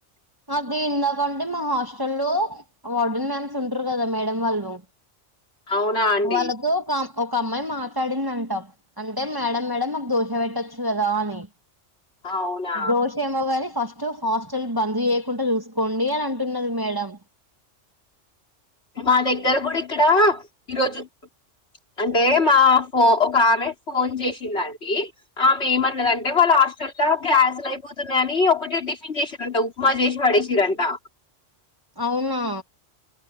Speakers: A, on the right (about 15°); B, on the left (about 60°).
A: అది ఇందాకంటే, మా హాస్టల్ లో వర్డన్ మ్యామ్స్ ఉంటరు. గదా మేడం వాళ్ళు
B: అవునా అండి?
A: వాళ్ళతో కమ్ ఒక అమ్మాయి మాట్లాడిందంటా, అంటే మేడం మేడం మాకు దోష పెట్టచ్చు కదా అని.
B: అవునా!
A: దోష ఏమోగానీ ఫస్ట్ హాస్టల్ బంద్ చేయకుండా చూసుకోండి అని అంటున్నది మేడం.
B: మా దగ్గర కూడా ఇక్కడా ఈరోజు అంటే మా ఫో ఒక ఆమె ఫోన్ చేసిందాంటీ, ఆమె ఏమన్నదంటే వాళ్ళ హాస్టల్లా గ్యాస్లు అయిపోతున్నయని ఒకటే టిఫిన్ చేసింరంటా ఉప్మా చేసి పడేసింరంటా.
A: అవునా